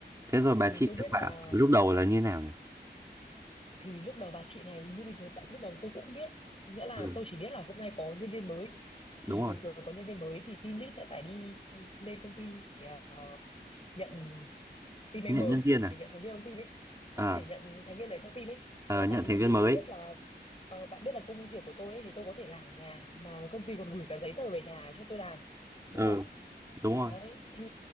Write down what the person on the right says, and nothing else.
Thế rồi bà
chị
kết
bạn lúc đầu là như thế nào nhỉ?
Ừ,
đúng
rồi.
Nhận nhân viên à?
À,
ờ,
nhận
thành viên
mới.
Ờ,
Đúng rồi.